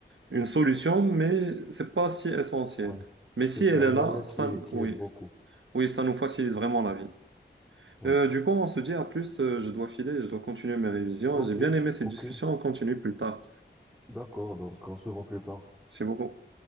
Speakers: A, on the right; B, in the centre.
A: une solution, mais c'est pas si essentiel.
B: Ouais.
A: Mais
B: C'est
A: si
B: c'est
A: elle
B: un
A: est
B: moyen
A: là, ça,
B: qui est, qui
A: oui,
B: aide beaucoup.
A: oui, ça nous facilite vraiment la vie.
B: Ouais.
A: Euh, du coup, on se dit à plus. euh, je dois filer, je dois continuer mes révisions.
B: Ok,
A: J'ai bien aimé cette
B: ok,
A: discussion. On continue plus tard.
B: d'accord. Donc on se voit plus tard.
A: C'est beaucoup.